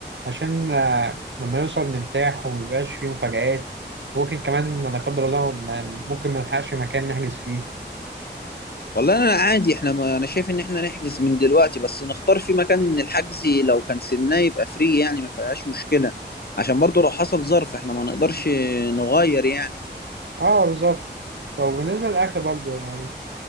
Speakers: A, on the right (about 85°); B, on the left (about 60°).
A: عشان آه، لما نوصل نرتاح وميبقاش فيه مفاجآت ممكن كمان لا قدر الله ما- ممكن ما نلحقش مكان نحجز فيه
B: والله انا عادي احنا ما انا شايف ان احنا نحجز من دلوقتي بس نختار في مكان ان الحجز لو كنسلناه يبقى فري يعني ما فيهاش مشكلة عشان برضو لو حصل ظرف احنا ما نقدرش نغير يعني
A: اه بالظبط طب بالنسبه للاكل برضو يعني